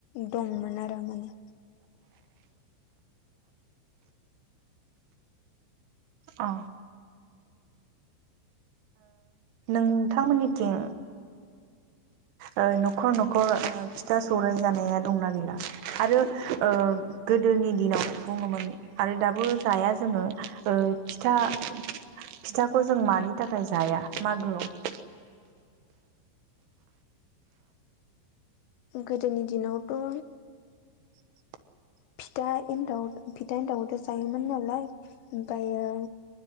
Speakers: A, on the left (about 75°); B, on the right (about 85°).
A: दंमोन आरो माने
B: अ नोंथां मोननिथिं ओ न'खर न'खर ओ फिथा सौराइ जानाया दंना गैला आरो ओ गोदोनि दिनाव बुङोमोन आरो दाबो जाया जोङो ओ फिथा फिथाखौ जों मानि थाखाय जाया मागोआव
A: गोदोनि दिनावथ'
B: <inaudible>
A: फिथाा एन्थाव फिथा एन्थाव खौथ' जायोमोन नालाय ओमफ्रायो